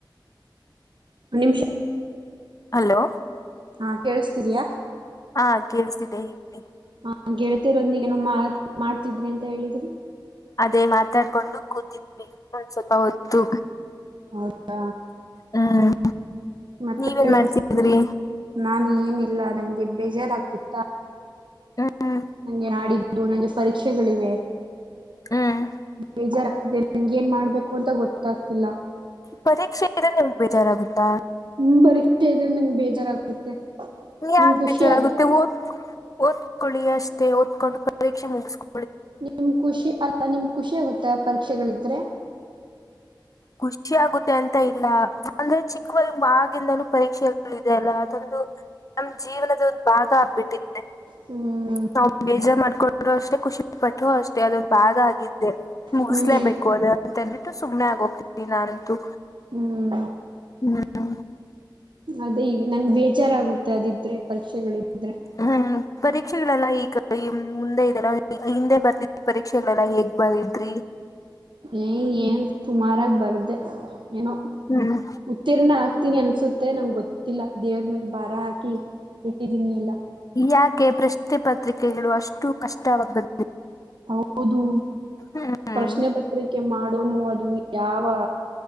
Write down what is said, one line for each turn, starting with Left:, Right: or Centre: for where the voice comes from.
Right: ನಿಮಿಷ
Left: ಹಲೋ
Right: ಹಾ ಕೇಳಿಸ್ತೀದಿಯಾ
Left: ಹಾ ಕೇಳಸ್ತಿದೆ ಹಿ
Right: ಹ ಗೆಳತಿರೊಂದಿಗಏನ ಮಾಡ್ತಿದ್ರಿ ಅಂತ ಹೇಳಿದ್ರಿ
Left: ಅದೇ ಮಾತಾಡ್ಕೊಂಡು ಕೂತಿದ್ವಿ ಒಂದ್ ಸ್ವಲ್ಪ ಹೊತ್ತು
Right: ಹೌದ
Left: ಹ್ಮ್
Right: ಮತ್ತೆ
Left: ನೀವೇನ್ ಮಾಡ್ತಿದ್ರಿ
Right: ಏನ್ ಸ್ ನಾನು ಏನಿಲ್ಲ ನಂಗೆ ಬೇಜಾರಾಗಗ್ತಿತ್ತ
Left: ಹ್ಮ್
Right: ನಂಗೆ ನಾಡಿದ್ದು ನಂಗೆ ಪರೀಕ್ಷೆಗಳಿವೆ
Left: ಹ್ಮ್
Right: ಬೇಜಾರಾಗ್ತಿದೆ ನಂಗೆನ್ ಮಾಡ್ಬೇಕು ಅಂತ ಗೊತ್ತಾಗ್ತಿಲ್ಲ
Left: ಪರೀಕ್ಷೆ ಇದ್ರೆ ನಿಮ್ಗ್ ಬೇಜಾರಾಗುತ್ತಾ
Right: ಹ ಪರೀಕ್ಷೆ ಇದ್ರೆ ನಿಂಗೆ ಬೇಜಾರಾಗುತ್ತೆ
Left: ನೀ ಯಾಕ್
Right: ನಿಮ್ ಖುಷಿ
Left: ಬೇಜಾರಗುತ್ತೆ
Right: ಆಗುತ್ತೆ
Left: ಓದ್ ಓದ್ಕೊಳ್ಳಿ ಅಷ್ಟೇ ಓದ್ಕೊಂಡು ಪರೀಕ್ಷೆ ಮುಗಿಸ್ಕೊ
Right: ನಿಮ್ ಖುಷಿ ಅಲ್ಲ ನಿಮ್ ಖುಷಿ ಆಗುತ್ತೆ ಪರೀಕ್ಷೆಗಳಿದ್ರೆ
Left: ಖುಷಿ ಆಗುತ್ತೆ ಅಂತ ಇಲ್ಲ ಅಂದ್ರೆ ಚಿಕ್ಕವ ಆಗಂದನೂ ಪರೀಕ್ಷೆ ಇ ಇದೆ ಅಲ್ಲ ಅದೊಂದು ನಮ್ ಜೀವನದ ಒಂದು ಭಾಗ ಆಗ್ಬಿಟ್ಟಿದೆ
Right: ಹ್ಮ
Left: ನಾವು ಬೇಜಾರ್ ಮಾಡ್ಕೊಂಡ್ರು ಅಷ್ಟೇ ಖುಷಿ ಪಟುವ ಅಷ್ಟೇ ಅದೊಂದು ಬಾಗ ಆಗಿದ್ದೆ ಮುಗಿಸ್ಲೇಬೇಕು
Right: ಹ್ಮ್
Left: ಅದ ಅಂತಂದಬಿಟ್ಟು ಸುಮ್ನೆ ಆಗೋ ತಿ ನ ತು
Right: ಹ್ಮ್
Left: ಹ್ಮ್
Right: ಅದೇ ಈ ನಂಗ ಬೇಜಾರಗುತ್ತೆ ಅದಿದ್ರೆ ಪರೀಕ್ಷೆಗಳಿದ್ರೆ
Left: ಹ್ಮ್ ಪರೀಕ್ಷೆಗಳೆಲ್ಲ ಈಗ ಮುಂದೆ ಇದೆಲ್ಲ ಹಿಂದೆ ಬರ್ದಿದ ಪರೀಕ್ಷೆಗಳೆಲ್ಲ ಹೇಗ್ ಬರ್ದ್ರಿ
Right: ಏ ಏನ್ ಸುಮಾರಾಗಿ ಬರ್ದೆ ಏನೋ
Left: ಹ್ಮ್
Right: ಉತ್ತೀರ್ಣ ಆ ತೀನಿ ಅನ್ಸುತ್ತೆ ನಂಗೆ ಗೊತ್ತಿಲ್ಲ ದೇವ್ರ ಮೇಲೆ ಭಾರ ಹಾಕಿ ಇಟ್ಟಿದೀನಿ ಎಲ್ಲ
Left: ಯಾಕೆ ಪ್ರಶ್ನೆ ಪತ್ರಿಕೆಗಳು ಅಷ್ಟು ಕಷ್ಟವಾಗಬೆ
Right: ಹೌದು
Left: ಹ್ಮ್
Right: ಪ್ರಶ್ನೆ ಪತ್ರಿಕೆ ಮಾಡೋನು ಅದು ಯಾವ